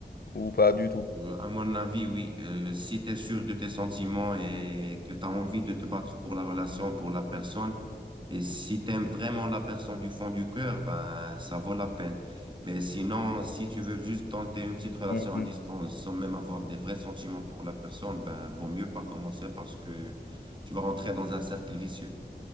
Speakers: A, on the left; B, on the right.
A: Ou pas du tout?
B: Euh, à mon avis, oui. Euh, si tu es sûr de tes sentiments et que tu as envie de te battre pour la relation, pour la personne, et si tu aimes vraiment la personne du fond du cœur, ben, ça vaut la peine. Mais sinon, si tu veux juste tenter une petite relation
A: Mhm.
B: à distance sans même avoir des vrais sentiments pour la personne, ben, vaut mieux pas commencer parce que tu vas rentrer dans un cercle vicieux.